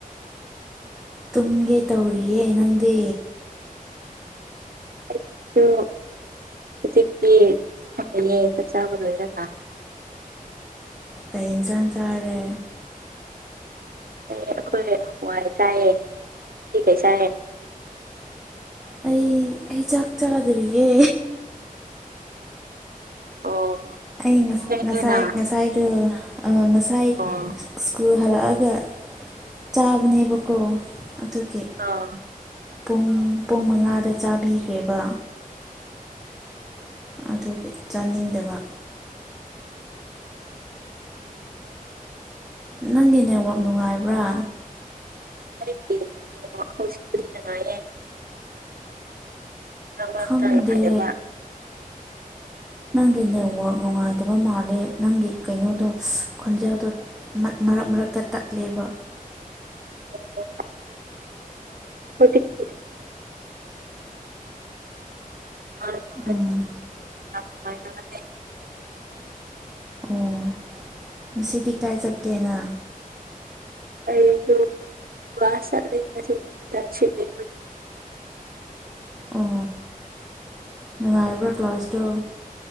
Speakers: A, in the centre; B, on the right.
A: ꯇꯨꯝꯒꯦ ꯇꯧꯔꯤꯌꯦ ꯅꯪꯗꯤ
B: ꯑꯩꯁꯨ ꯍꯧꯖꯤꯛꯇꯤ ꯐꯪꯉꯌꯦ ꯆꯥꯛ ꯆꯥꯕ ꯂꯣꯏꯔꯒ
A: ꯀꯩ ꯏꯟꯁꯥꯡ ꯆꯥꯔꯦ
B: ꯑꯩꯈꯣꯏ ꯍꯋꯥꯏ ꯆꯥꯏꯑꯦ ꯅꯪꯗꯤ ꯀꯩ ꯆꯥꯏꯑꯦ
A: ꯑꯩ ꯑꯩ ꯆꯥꯛ ꯆꯥꯗ꯭ꯔꯤꯌꯦ
B: ꯑꯣ
A: ꯑꯩ ꯉ
B: ꯊꯦꯡꯉꯦꯅ
A: ꯉꯁꯥꯏ ꯉꯁꯥꯏꯗꯣ ꯑ ꯉꯁꯥꯏ
B: ꯑꯣ
A: ꯁ꯭ꯀꯨꯜ ꯍꯜꯂꯛꯑꯒ ꯆꯥꯕꯅꯦꯕꯀꯣ ꯑꯗꯨꯒꯤ
B: ꯑꯥ
A: ꯄꯨꯡ ꯄꯨꯡ ꯃꯉꯥꯗ ꯆꯥꯕꯤꯈ꯭ꯔꯦꯕ꯫ ꯑꯗꯨꯒꯤ ꯆꯥꯅꯤꯡꯗꯕ꯫ ꯅꯪꯒꯤ ꯅꯦꯠꯋꯛ ꯅꯨꯡꯉꯥꯏꯕ꯭ꯔꯥ꯫
B: ꯑꯩꯒꯤ ꯅꯦꯋꯥꯛ ꯍꯧꯒꯤꯛꯄꯨꯗꯤ ꯅꯨ ꯉꯥꯢꯑꯦ꯫ ꯃꯔꯛ ꯃꯔꯛꯇ
A: ꯈꯪꯗꯦ꯫
B: ꯅꯨꯡꯉꯥꯏꯇꯕ
A: ꯅꯪꯒꯤ ꯅꯦꯠꯋꯛ ꯅꯨꯡꯉꯥꯏꯇꯕ ꯃꯥꯜꯂꯦ ꯅꯪꯒꯤ ꯀꯩꯅꯣꯗꯣ ꯈꯣꯟꯖꯦꯜꯗꯣ꯫ ꯃꯔꯛ ꯃꯔꯛꯇ ꯇꯠꯂꯦꯕ
B: ꯑꯣ ꯈꯇꯗꯤ ꯑ ꯃꯥ
A: ꯎꯝ
B: ꯇꯉ ꯇꯅꯦ
A: ꯑꯣ ꯉꯁꯤꯗꯤ ꯀꯥꯏ ꯆꯠꯀꯦꯅ
B: ꯑꯩꯁꯨ ꯀ꯭ꯂꯥꯁ ꯆꯠꯂꯦ ꯉꯁꯤꯗꯤ
A: ꯑꯣ ꯅꯨꯡꯉꯥꯏꯕ꯭ꯔꯥ ꯀ꯭ꯂꯥꯁꯇꯣ